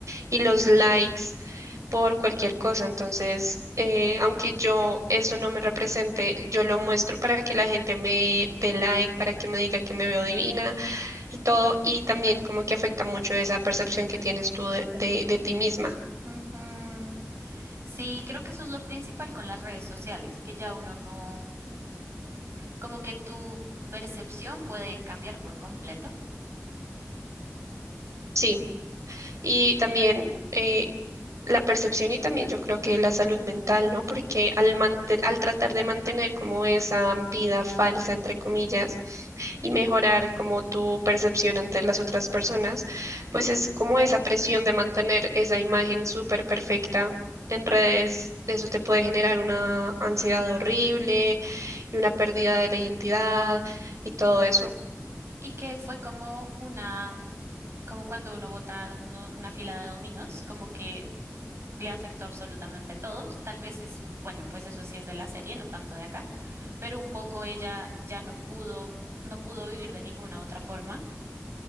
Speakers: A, on the right; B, on the right.
A: y los likes por cualquier cosa. Entonces, eh, aunque yo eso no me represente, yo lo muestro para que la gente me dé like, para que me diga que me veo divina y todo. Y también como que afecta mucho esa percepción que tienes tú de, de de ti misma.
B: Ujú. Sí, creo que eso es lo principal con las redes sociales, que ya uno no, como que tu percepción puede cambiar por completo.
A: Sí. Y también eh, la percepción y también yo creo que la salud mental, ¿no? Porque al, mante- al tratar de mantener como esa vida falsa, entre comillas, y mejorar como tu percepción ante las otras personas, pues es como esa presión de mantener esa imagen súper perfecta en redes. Eso te puede generar una ansiedad horrible y una pérdida de la identidad y todo eso.
B: y que fue como una, como cuando uno vota uno- una fila de dominos, como que le afectó absolutamente todo. Tal vez es, bueno, pues eso sí es de la serie, no tanto de acá, pero un poco ella ya no pudo, no pudo vivir de ninguna otra forma,